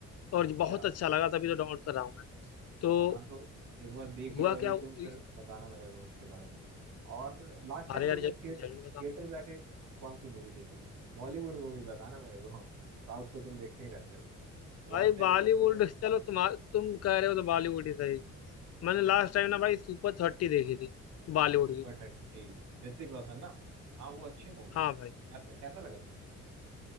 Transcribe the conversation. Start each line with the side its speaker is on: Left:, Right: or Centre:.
Left: और
Right: अच्छा
Left: बहुत अच्छा लगा तभी तो डाउनलोड कर रहा हूँ मैं तो
Right: हाँ तो एक बार देख लो
Left: हुआ
Right: रवि
Left: क्या
Right: तुम फिर
Left: इस-
Right: बताना मेरे को इसके बारे में और लास्ट टाइम
Left: अरे
Right: तुमने
Left: यार ज-
Right: थिएटर
Left: जरूर बताऊंगा
Right: थिएटर जाके कौन सी मूवी देखी थी बॉलीवुड मूवी बताना मेरे को साउथ तो तुम देखते ही रहते हो
Left: भाई
Right: लास्ट टाइम
Left: बॉलीवुड
Right: मतलब तुमने
Left: चलो तुम तुम कह रहे हो तो बॉलीवुड ही सही मैंने लास्ट टाइम ना भाई सुपर थर्टी देखी थी बॉलीवुड
Right: सुपर
Left: की
Right: थर्टी ऋतिक रोशन ना हाँ वो अच्छी मूवी
Left: हाँ
Right: है
Left: भाई
Right: कैसा कैसा लगा तुम्हें